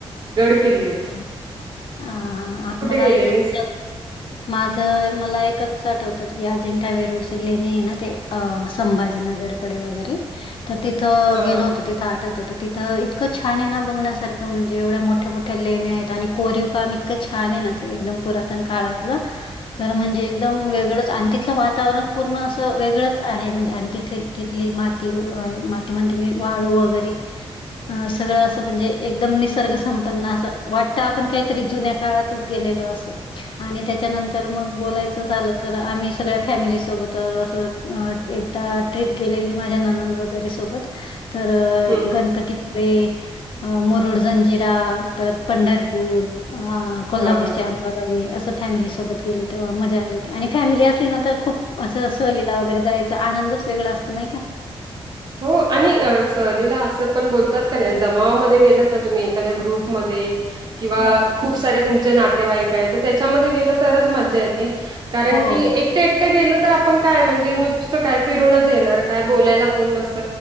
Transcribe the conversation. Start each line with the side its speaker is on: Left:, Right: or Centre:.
Right: गडकिल्लेच.
Left: हा... आ मला
Right: गेलेलीस?
Left: एकच त्यात माझं.. मला एकच आठवतं की, अजिंठा वेरूळची लेणी हे ना ते अ... संभाजीनगरकडे वगैरे. तर तिथं
Right: हा
Left: गेलो
Right: हा.
Left: होतो तिथं आठवत तिथं इतकं छान हे ना बघण्यासारखं म्हणजे एवढ्या मो मोठ्या मोठ्या लेण्या आहेत, आणि कोरीव काम इतकं छान हे ना, ते एकदम पुरातन काळातलं. तर म्हणजे एकदम वेगळंच, आणि तिथलं वातावरण पूर्ण असं वेगळंच आहे. म्हणजे आणि तिथे तिथली माती व माती म्हणते मी वाळू वगैरे. अ सगळं असं म्हणजे, एकदम निसर्ग संप पन्न असं वाटत, आपण काहीतरी जुन्या काळातच गेलेलो असं. आणि त्याच्यानंतर मग बोलायचं झालं तर आम्ही सगळ्या फॅमिली सोबत असं अ एकदा ट्रिप गेलेली माझ्या नणंद वगैरे सोबत... तर...
Right: हम्म
Left: गणपतीपुळे अ मुरुड जंजिरा. परत पंढरपूर अ कोल्हापूरच्या
Right: हा हा.
Left: आंबाबाई असं फॅमिलीसोबत गेले त मजा आली होती आणि फॅमिली असली ना तर खूप असं सहलीला वगैरे जायच चा आनंदच वेगळा असतो नही का?
Right: हो आणि अ सहलीला असं पण बोलतात का नाही जमावामध्ये गेलात ना तुम्ही एखाद्या ग्रुपमध्ये किंवा
Left: हा.
Right: खूप सारे तुमचे नातेवाईक आहे, तर त्याच्यांमध्ये गेलं तरच मज्जा येते. कारण
Left: हो,
Right: की एकटे एकटे गेलं तर आपण काय म्हणजे नुसतं काय फिरूनच येणार काय बोलायला कोण नसत,